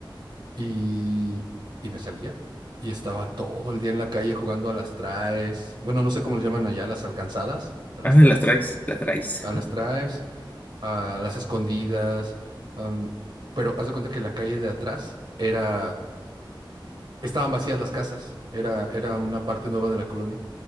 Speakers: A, on the right; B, on the left.
A: Y, y me salía. Y estaba todo el día en la calle jugando a las traes. Bueno, no sé cómo les llaman allá, las alcanzadas. A las
B: Ah, las
A: traes.
B: traes, las traes.
A: A las traes. a las escondidas, am, pero haz de cuenta que la calle de atrás era, estaban vacías las casas, era, era una parte nueva de la colonia.